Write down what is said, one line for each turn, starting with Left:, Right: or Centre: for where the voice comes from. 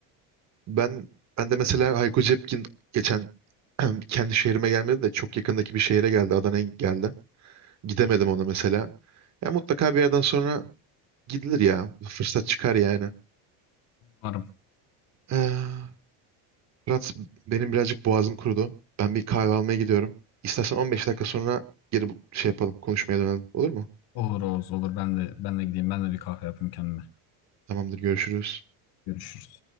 Right: Ben ben de mesela Hayko Cepkin geçen <clears throat> kendi şehrime gelmedi de çok yakındaki bir şehre geldi. Adana'ya geldi. Gidemedim ona mesela. Ya mutlaka bir yerden sonra gidilir ya. Fırsat çıkar yani.
Left: Umarım.
Right: Ee, Fırat benim birazcık boğazım kurudu. Ben bir kahve almaya gidiyorum. İstersen 15 dakika sonra geri bu- şey yapalım. Konuşmaya dönelim. Olur mu?
Left: Olur Oğuz olur. Ben de ben de gideyim. Ben de bir kahve yapayım kendime.
Right: Tamamdır görüşürüz.
Left: Görüşürüz.